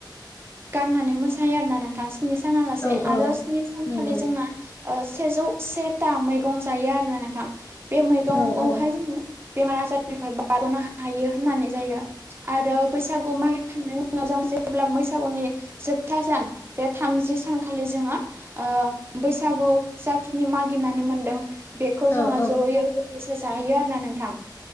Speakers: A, on the right (about 30°); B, on the left (about 30°).
A: गाननानै मोसायो आरोना नोंथां। स्नि साना लासे
B: औ औ
A: आरो स्नि सानखालि
B: नंगौ
A: जोंना ओ सेजौ सेथा मैगं जायो आरो नोंथां बे मैगंखौहाय
B: औ औ औ
A: जोङो बेमार आजारनिफ्राय बारग'नो हायो होननानै जायो। आरो बैसागु मागि खांनायनि उनाव जों जेब्ला बैसागुनि जोबथा सान जे थामजि सानखालि जोङो ओ बैसागु जाखिनि माग गिनानै मोनदों बेखौ
B: औ
A: जोङो
B: औ
A: ज'यै बोथिसे जाहैयो आरो ना नोंथां।